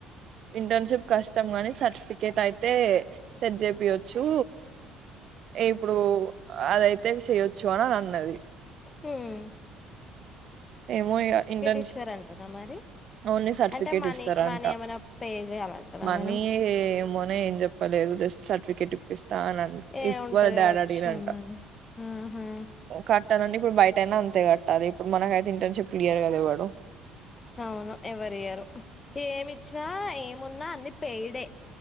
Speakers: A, on the right (about 55°); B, on the left (about 30°).
A: ఇంటర్న్షిప్ కష్టం గాని సర్టిఫికేట్ అయితే సరి చేపి యొచ్చు ఇప్పుడు అదై రిటన్ చేయోచ్చు అని అన్నది
B: హ్మ్
A: ఏమో ఇంటర్న్షప్
B: ఇస్తారంటనా మరి
A: ఓన్లీ సర్టిఫికేట్
B: అంటే మనీ
A: ఇస్తారంట
B: మనీ ఏమైనా పే చేయాలంటనా
A: మనీ
B: మనం
A: ఏమోనే ఏం చెప్పలేదు జస్ట్ సర్టిఫికేట్ ఇప్పిస్తా అని
B: ఏ
A: ఇప్పు
B: ఉంటది
A: డాడీ
B: కావచ్చు
A: అడిగిరంట
B: ఏమో అని ఆహా
A: కట్ తనండి ఇప్పుడు బయట అయిన అంతే కట్టాలి ఇప్పుడు మనకైతే ఇంటర్న్షిప్ క్లియర్ కదా ఇవ్వడు
B: అవును ఎవరియ్యరూ ఏమి ఇచ్చినా ఏం ఉన్న అన్ని పెయిడే